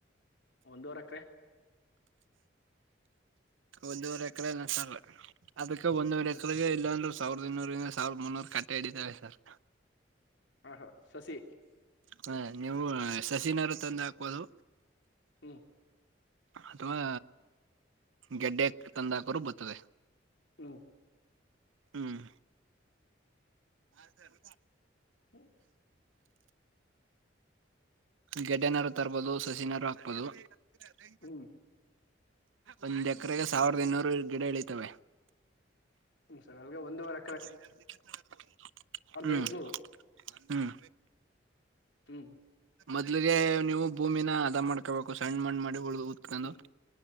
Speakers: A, on the left; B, on the right.
A: ಒಂದುವರೆ ಎಕರೆ
B: ಒಂದೂವರೆ ಎಕರೆನಾ ಸರ್ ಅದಕ್ಕ ಒಂದೂವರೆ
A: ಹ್ಮ್ ಸರ್
B: ಎಕರೆಗೆ ಇಲ್ಲಾಂದ್ರ ಸಾವಿರದ ಇನ್ನೂರಿಂದ ಸಾವಿರದ ಮುನ್ನೂರು ಕಟ್ಟ ಇಡಿತಾವೆ ಸರ್
A: ಹಾ ಹಾ ಶಶಿ
B: ಹ ನೀವು ಸಸಿನರು ತಂದು ಹಾಕೋದು
A: ಹ್ಮ್
B: ಅಥವಾ ಗೆಡ್ಡೆ ತಂದಾಕರು ಬರ್ತದೆ
A: ಹ್ಮ
B: ಹ್ಮ್ ಹಾ ಸರ್
A: ಹ್ಮ
B: ಗೆಡ್ಡನವರು ತರ್ಬೋದು ಸಸಿನವರು ಹಾಕ್ಬೋದು ಅದೇ
A: ಹ್ಮ್
B: ಒಂದ್ ಎಕರೆಗೆ ಸಾವಿರದ ಇನ್ನೂರು ಗಿಡ ಇಳೀತವೆ
A: ಹ್ಮ್ ಸರ್ ಹಂಗೆ ಒಂದು ವಾರ
B: <unintelligible> ಹ್ಮ್
A: ಎಂಟುನೂರು
B: ಹ್ಮ್
A: ಹ್ಮ್
B: ಮೊದ್ಲಿಗೆ ನೀವು ಭೂಮಿನ ಅದ ಮಾಡ್ಕೋಬೇಕು ಸಣ್ಣಮಣ್ ಮಾಡಿ ಉಳಿದು ಹುತ್ಕೊಂಡು
A: ಹ್ಮ್